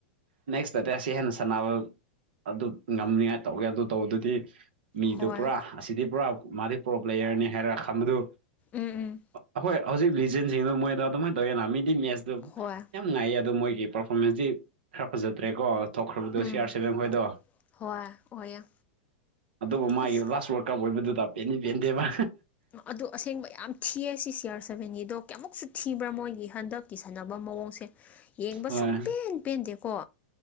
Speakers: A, on the right; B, on the left.
A: ꯅꯦꯛꯁꯇꯗꯤ ꯑꯁꯤ ꯍꯦꯟꯅ ꯁꯥꯟꯅꯕ ꯑꯗꯨ ꯉꯝꯅꯤꯉꯥꯏ ꯇꯧꯒꯦ ꯑꯗꯨ ꯇꯧꯕꯗꯨꯗꯤ ꯃꯤꯗꯨ
B: ꯍꯣꯏ
A: ꯄꯨꯔꯥ ꯑꯁꯤꯗꯤ ꯄꯨꯔꯥ ꯃꯥꯗꯤ ꯄꯔꯣꯄ꯭ꯂꯦꯌꯔꯅꯤ ꯍꯥꯏꯔ ꯈꯝꯕꯗꯨ
B: ꯎꯝ ꯎꯝ
A: ꯑꯩꯈꯣꯏ ꯍꯧꯖꯤꯛ ꯂꯤꯖꯦꯟꯁꯤꯡꯗꯨ ꯃꯣꯏꯗ ꯑꯗꯨꯃꯥꯏꯅ ꯇꯧꯋꯦꯅ ꯃꯤꯗꯤ ꯃꯦꯁꯇ
B: ꯍꯣꯏ
A: ꯉꯥꯏꯏ ꯑꯗꯣ ꯃꯣꯏꯒꯤ ꯄꯥꯔꯐꯣꯔꯃꯦꯟꯁꯇꯤ ꯈꯔ ꯐꯖꯗ꯭ꯔꯦꯀꯣ ꯊꯣꯛꯈ꯭ꯔꯕꯗꯣ
B: ꯎꯝ
A: ꯁꯤ ꯑꯥꯔ ꯁꯚꯦꯟ ꯈꯣꯏꯗꯣ
B: ꯍꯣꯏ ꯑꯣꯏꯌꯦ
A: ꯑꯗꯨꯕꯨ ꯃꯥꯒꯤ
B: ꯑꯁ
A: ꯂꯥꯁ ꯋꯥꯔꯗ ꯀꯞ ꯑꯣꯏꯕꯗꯨꯗ ꯄꯦꯟꯗꯤ ꯄꯦꯟꯗꯦꯕ
B: ꯑꯗꯨ ꯑꯁꯦꯡꯕ ꯌꯥꯝ ꯊꯤꯑ ꯁꯤ ꯁꯤ ꯑꯥꯔ ꯁꯚꯦꯟꯒꯤꯗꯣ ꯀꯌꯥꯃꯨꯛꯁꯨ ꯊꯤꯕ꯭ꯔꯥ ꯃꯣꯏꯒꯤ ꯍꯟꯗꯛ ꯀꯤꯁꯟꯅꯅꯕ ꯃꯑꯣꯡꯁꯦ ꯌꯦꯡꯕ
A: ꯍꯣꯏ
B: ꯁꯨꯡ ꯄꯦꯟ ꯄꯦꯟꯗꯦꯀꯣ